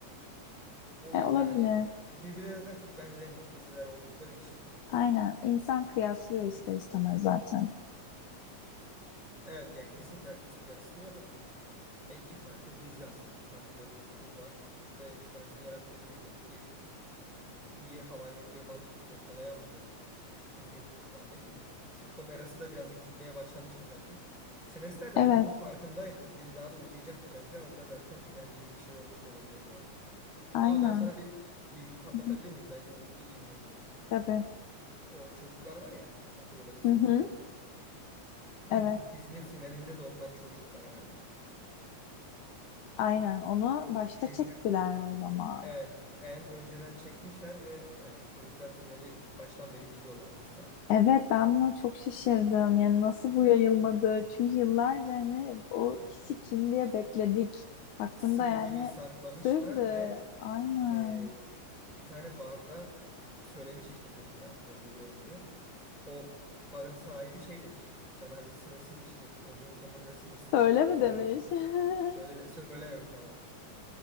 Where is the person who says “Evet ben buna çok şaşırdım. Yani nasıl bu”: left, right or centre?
Left